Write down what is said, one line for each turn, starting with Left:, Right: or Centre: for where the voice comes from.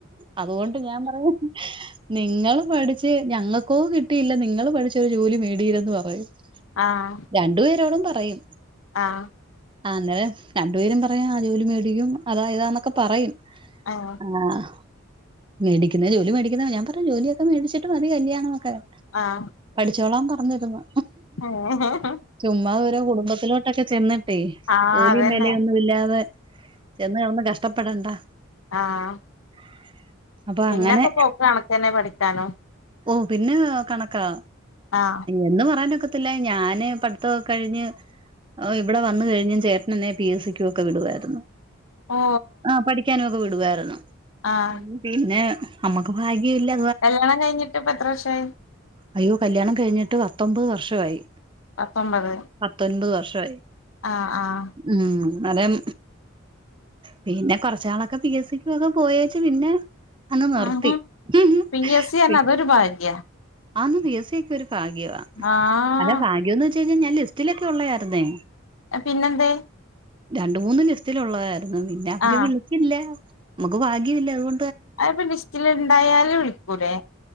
Right: അത്കൊണ്ട് ഞാൻ പറയും നിങ്ങള് പഠിച്ച് ഞങ്ങക്കോ കിട്ടിയില്ല നിങ്ങള് പഠിച്ച് ഒരു ജോലി മേടിയില്ലന്ന് പറയും
Left: ആഹ്
Right: രണ്ടു പേരോടും പറയും
Left: ആഹ്
Right: അന്നേരം രണ്ട് പേരും പറയും ആ ജോലി മേടിക്കും അതാ ഇതാന്നൊക്ക പറയും
Left: ആഹ്
Right: ആഹ് മേടിക്കുന്ന ജോലി മേടിക്കുന്ന ഞാൻ പറയും ജോലിയൊക്കെ മേടിച്ചിട്ട് മതി കല്യാണം ഓക്കെ
Left: ആഹ്‌.
Right: പഠിച്ചോളാം പറഞ്ഞിരുന്നു.
Left: ഏഹ്‌
Right: ചുമ്മാ ഓരോ കുടുംബത്തിലോട്ടൊക്കെ ചെന്ന്ട്ടേയ്
Left: അതന്നെ
Right: ജോലിയും വേലയൊന്നും ഇല്ലാ ചെന്ന് കേടന്ന് കഷ്ട്ടപ്പെടണ്ടാ.
Left: ആഹ്‌.
Right: <inaudible>
Left: പിന്നൊക്കെ
Right: അങ്ങനെ
Left: പോക്ക് കണക്കന്നെ പഠിക്കാനും.
Right: ഓഹ്‌ പിന്നെ കണക്കാ.
Left: ആഹ്‌.
Right: എന്ന് പറയാൻ ഒക്കത്തില്ല, ഞാന് പഠിത്ത ഒക്കെ കഴിഞ്ഞ് ഓ ഇവടെ വന്ന് കഴിഞ്ഞ് ചേട്ട നേന്നേ പി. എ. എസ്സിക്കൊ ക്കൊ വിടുവായിരുന്നു,
Left: ഓ
Right: ആഹ്‌ പഠിക്കാനൊക്കെ വിടുവായിരുന്നു.
Left: ആഹ്
Right: പിന്നെ അമ്മക്ക് ഭാഗ്യയില്ല.
Left: കല്യാണം കഴിഞ്ഞിട്ട് ഇപ്പൊ എത്ര വർഷായി?
Right: അയ്യോ കല്യാണം കഴിഞ്ഞിട്ട് പത്തൊമ്പത് വർഷവായി.
Left: പത്തൊമ്പത്
Right: പത്തൊൻപത് വർഷായി.
Left: ആഹ്‌ ആഹ്‌.
Right: ഉം. പിന്നെ കൊർച്ച് നാളൊക്കെ പി. എസ്. സിക്ക് ഒക്കെ പോയേച്ച് പിന്നെ അങ്ങ് നിർത്തി
Left: ആഹ്
Right: പി
Left: എസ് സി പറഞ്ഞ അതൊരു ഭാഗ്യ
Right: ആന്ന് പി. എസ്. സി ഒക്ക ഒരു ഭാഗ്യവാ,
Left: ആഹ്
Right: അല്ല ഭാഗ്യം എന്ന് വെച്ച് കഴിഞ്ഞാ ഞാൻ ലിസ്റ്റിലൊക്കെ ഉള്ളയാരുന്നേ.
Left: പിന്നെന്തേ?
Right: രണ്ട് മൂന്ന് ലിസ്റ്റിൽ ഉള്ളതായിരുന്നു പിന്നെ അവര്
Left: ആഹ്
Right: വിളിച്ചില്ല നമ്മുക്ക് ഭാഗ്യല്ല അതുകൊ
Left: അയ് അപ്പൊ ലിസ്റ്റില് ണ്ടായാല് വിളിക്കൂലേ?